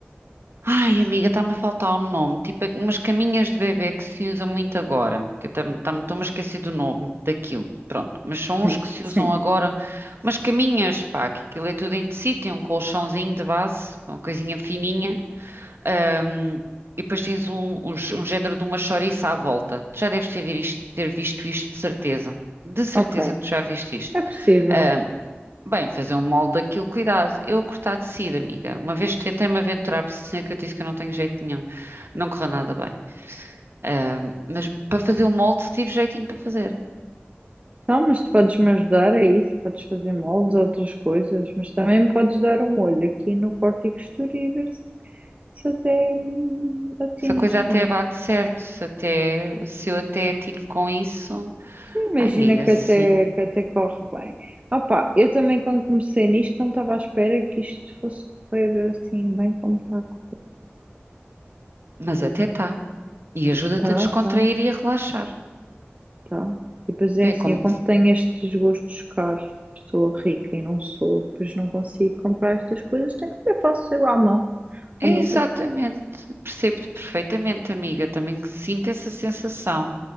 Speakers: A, on the right; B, on the right.
A: Ai, amiga, está-me a faltar o nome, tipo é umas caminhas de bebê que se usam muito agora, que eu tam- tam- estou-me a esquecer do nome daquilo, pronto, mas são
B: Hum,
A: uns que se
B: Sim,
A: usam agora, umas caminhas, pá, que aquilo é tudo em tecido, tem um colchãozinho de base, uma coisinha fininha, ahm, e depois tens um, um, gé- um género de uma chouriça à volta. Tu já deves ter, vir isto- ter visto isto, de certeza, de certeza
B: ok.
A: que tu já viste isto.
B: É possível.
A: Hum, Bem, fazer um molde daquilo, cuidado. Eu a cortar tecido, amiga. Uma vez tentei-me aventurar, por isso é que eu disse que eu não tenho jeito nenhum. Não correu nada bem. Ahm, mas para fazer o molde tive jeitinho para fazer.
B: Não, mas tu podes me ajudar, é isso. Podes fazer moldes, outras coisas, mas também me podes dar um olho aqui no corte e costura e ver se, se até hum, atinas
A: Se a coisa
B: com
A: até
B: isso.
A: bate certo, se até, se eu até atino com isso.
B: Sim, imagina
A: Ai, amiga,
B: que
A: sim.
B: até, que até corre bem. Opa, eu também quando comecei nisto não estava à espera que isto fosse correr assim bem como está a correr.
A: Mas até tá. E ajuda-te
B: Tá,
A: a descontrair
B: tá,
A: e a relaxar.
B: tá. E depois é
A: É
B: assim,
A: como...
B: eu como tenho estes gostos caros, sou rica e não sou, depois não consigo comprar estas coisas, tenho que eu faço eu à mão,
A: é
B: ao meu
A: Exatamente.
B: gosto.
A: Percebo-te perfeitamente, amiga. Também sinto essa sensação